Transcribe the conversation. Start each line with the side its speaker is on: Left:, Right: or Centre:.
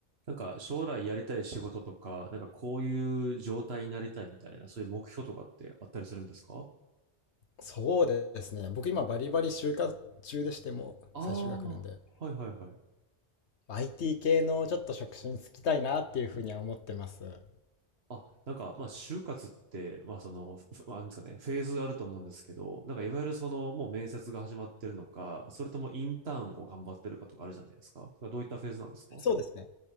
Right: なんか将来やりたい仕事とか、なんかこういう状態になりたいみたいな、そういう目標とかってあったりするんですか
Left: そうですね。僕今バリバリ就活中でしてもう最終学年で。
Right: ああー、はいはいはい。
Left: IT 系のちょっと職種に就きたいなっていうふうには思ってます。
Right: あ、なんか、まあ、就活って、まあ、その、ふまあなんですかね、フェーズがあると思うんですけど、なんか、いわゆるその、もう面接が始まってるのか、それともインターンを頑張ってるかとかあるじゃないですか。なんかどういったフェーズなんですか
Left: そうですね。